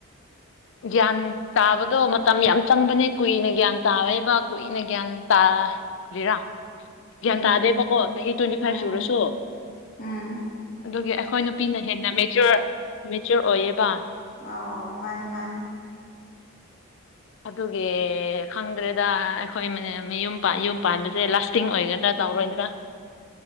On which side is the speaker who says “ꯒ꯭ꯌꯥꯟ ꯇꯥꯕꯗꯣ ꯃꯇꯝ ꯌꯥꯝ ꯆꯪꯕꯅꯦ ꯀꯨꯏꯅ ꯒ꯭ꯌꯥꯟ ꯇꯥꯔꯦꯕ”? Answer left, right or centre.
Left